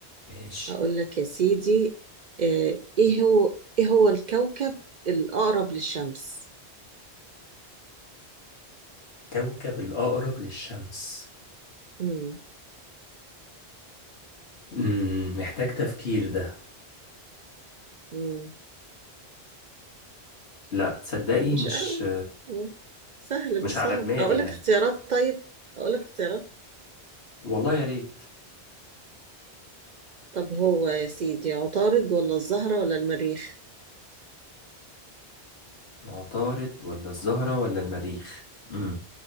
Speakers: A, on the left; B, on the right.
A: ماشي
B: هقول لك يا سيدي أه إيه هو إيه هو الكوكب الأقرب للشمس؟
A: كوكب الأقرب للشمس
B: مم.
A: امم محتاج تفكير ده
B: مم.
A: لا تصدقي
B: مش
A: مش
B: قوي سهل
A: مش
B: مش صعب
A: على دماغي
B: اقول
A: يعني
B: لك اختيارات طيب اقول لك اختيارات
A: والله يا ريت
B: طب هو يا سيدي عطارد ولا الزهرة ولا المريخ
A: عطارد ولا الزهرة ولا المريخ امم